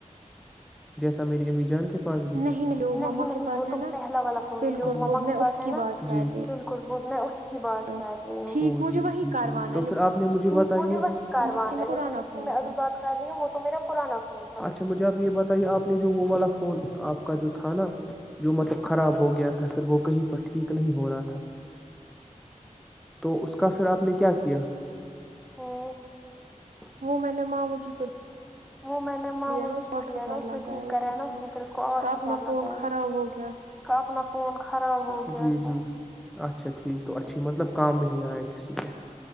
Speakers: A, in the centre; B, on the right.
A: <unintelligible> جیسا میری امی جان کے <unintelligible>
B: نہیں وہ
A: نہیں
B: مما
A: نہیں
B: کے پاس
A: وہ
B: ہے
A: تو
B: نا
A: پہلا والا فون ہے
B: بالکل
A: جو
B: وہ
A: ما کے
B: میں
A: پاس
B: اس
A: ہے
B: کی
A: نا
B: بات کر
A: جی
B: رہی
A: بالکل <unintelligible> بات
B: ہوں
A: کر رہی
B: ٹھیک
A: ہ
B: مجھے
A: جی
B: وہی
A: جی
B: کروانا
A: جی توھر
B: ہے لیکن
A: آپ نے مجھے بتا وہی کاروان
B: جس کی
A: ہے
B: میں
A: لیکن
B: پرانا
A: جس
B: فون
A: کی ابھی
B: تھا
A: بات کر رہی ہوں وہ تو میرا پرانا <unintelligible> اچھا مجھے اپ یہ بتائیے آپ نے جو وہ والا فون آپ کا جو تھا نا جو مطلب خراب ہو گیا تھا پھر وہ کہیں پر ٹھیک نہیں ہو رہا تھا تو اس کا پھر آپ نے کیا کیا <unintelligible>
B: وہ میں نے ماں مجھی کو <unintelligible>
A: وہ میں نے مو
B: دیا نا اس
A: کو
B: آٹھ
A: دیا
B: ہزار
A: نا اس
B: لگا
A: نے ٹھیک
B: ہے اور
A: کرایا نا اس پھر اس کو آٹھ
B: کا اپنا
A: ہزار لگا
B: فون خراب ہو گیا
A: کا اپنا فون خراب
B: تھا
A: ہو گیا <unintelligible> اچھا ٹھیک تو اچھی مطلب کام ہی آیا کسی کے